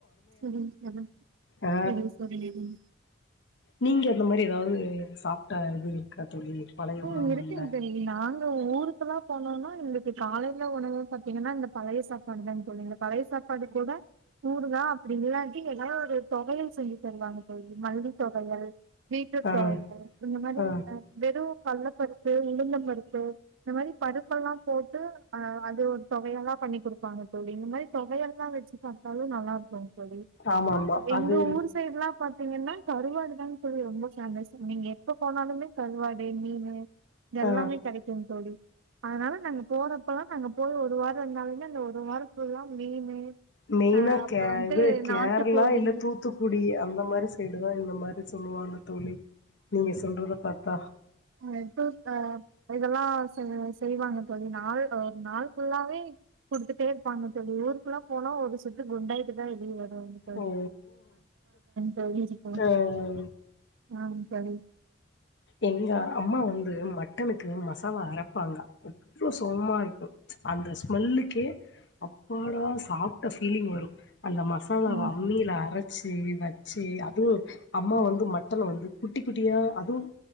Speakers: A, on the right; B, on the left.
A: சரி சரி
B: ஆ
A: சரி சரிங்க தோழி
B: நீங்க அந்த மாரி ஏதாவது சாப்பிட்ட இது இருக்கா தோழி பழைய
A: ம்
B: உணவுகள்ல
A: இருக்குங்க தோழி நாங்க ஊருக்கெல்லாம் போனோம்னா எங்களுக்கு காலையில உணவு பாத்தீங்கன்னா இந்த பழைய சாப்பாடு தான் தோழி இந்த பழைய சாப்பாடு கூட ஊறுகா அப்படி இல்லாட்டி ஏதாவ ஒரு தொவையல் செஞ்சு தருவாங்க தோழி மல்லி தொவையல் வீட்டு <unintelligible>
B: ஆ
A: இதுக்கு முன்னாடி
B: ஆ
A: வெறும் கள்ளப்பருப்பு உளுந்த பருப்பு இந்த மாதிரி பருப்பெல்லாம் போட்டு அ அது ஒரு தொவையல்லாம் பண்ணி கொடுப்பாங்க தோழி இந்த மாரி தொவையல்லாம் வச்சு சாப்பிட்டாலும் நல்லா இருக்கும் தோழி
B: ஆமா
A: அப்புறோம்
B: ஆமா
A: எங்க
B: அது
A: ஊர் சைட்லாம் பாத்தீங்கன்னா கருவாடு தான் தோழி ரொம்ப ஃபேமஸ் நீங்க எப்ப போனாலுமே கருவாடு ஏ மீனு இது எல்லாமே
B: ஆ
A: கெடைக்கும் தோழி அதனால நாங்க போளப்ப எல்லாம் நாங்க போய் ஒரு வாரம் இருந்தாலுமே அந்த ஒரு வாரத்துல்லாம் மீனு
B: மெயினா
A: ஆ அப்றோ
B: கே
A: வந்ட்டு
B: இது கேரளா
A: நாட்டுக்கோழி
B: இல்ல தூத்துக்குடி அந்த மாதிரி சைடு தான் இந்த மாதிரி சொல்லுவாங்க தோழி நீங்க சொல்றத பாத்தா
A: எப்ப அ இதெல்லாம் செய்வாங்க தோழி நாள் ஒரு நாள் ஃபுல்லாவே கொடுத்துட்டே இருப்பாங்க தோழி ஊருக்கெல்லாம் போனா ஒரு குண்டாயிட்டு தான் வெளியே வரு செரி
B: ஓ
A: தோழி
B: ஆ
A: <unintelligible> நானும் தோழி
B: எங்க அம்மா வந்து மட்டனுக்கு மசாலா அரைப்பாங்க அவ்ளோ சோமா இருக்கும் அந்த ஸ்மெல்லுக்கே அப்பாடா சாப்ட்ட ஃபீலிங் வரும் அந்த மசாலா
A: ஆ
B: அம்மில அரைச் ச்சி வச்சி அதுவும் அம்மா
A: ம்
B: வந்து மட்டன வந்து குட்டி குட்டியா அதுவும்